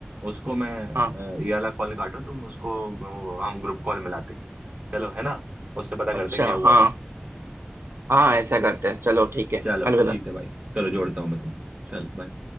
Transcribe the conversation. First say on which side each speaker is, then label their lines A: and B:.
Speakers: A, on the right; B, on the right.
A: उसको मैं
B: हाँ
A: अ, ये वाला कॉल काटो तुम उसको वो, हम ग्रुप कॉल मिलाते हैं चलो है ना उससे पता
B: अच्छा
A: करते हैं क्या हुआ
B: हाँ
A: था
B: हाँ ऐसा करते हैं चलो ठीक है
A: चलो
B: अलविदा
A: ठीक है भाई चलो जोड़ता हूँ मैं तुम्हें चलो बाय